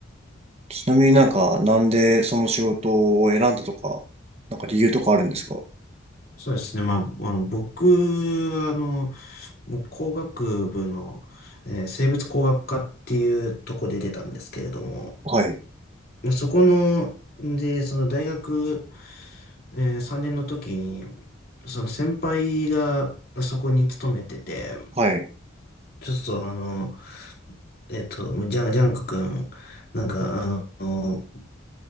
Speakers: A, on the right (about 30°); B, on the left (about 50°).
A: ちなみになんか、なんでその仕事を選んだとか、なんか理由とかあるんですか
B: そうですね。まあ、あの、僕は、あの、もう工学部の、えー生物工学科っていうとこで出たんですけれども、
A: はい、
B: そこの、で、その大学、えー3年の時に、その先輩がそこに勤めてて、
A: はい、
B: ちょっとあの、えっと、ジャン、ジャンク君、なんかあの、